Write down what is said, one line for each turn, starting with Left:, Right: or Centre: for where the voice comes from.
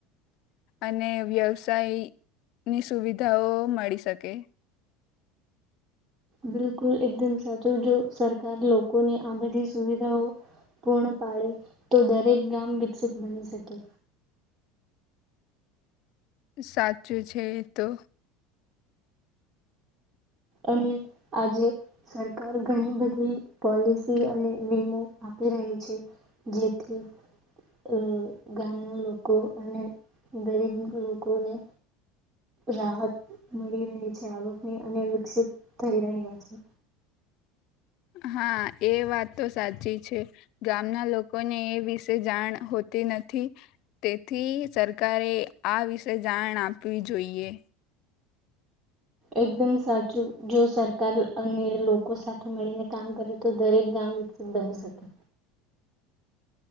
Left: અને વ્યવસાયની સુવિધાઓ મળી શકે
Right: બિલકુલ એકદમ સાચું જો સરકાર લોકોની આ બધી સુવિધાઓ પૂર્ણ પાડે તો દરેક ગામ વિકસિત બની શકે
Left: સાચું છે તો
Right: અને આજે સરકાર ઘણી બધી પોલિસી અને વીમો આપી રહી છે જેથી અ ગામના લોકો અને ગરીબ લોકોને રાહત મળી રહી છે આવકની અને વિકસિત થઈ રહ્યા છે
Left: હા એ વાત તો સાચી છે ગામના લોકોને એ વિશે જાણ હોતી નથી તેથી સરકારે આ વિશે જાણ આપવી જોઈએ
Right: એકદમ સાચું જો સરકાર અને લોકો સાથે મળીને કામ કરે તો દરેક ગામ વિકસિત બની શકે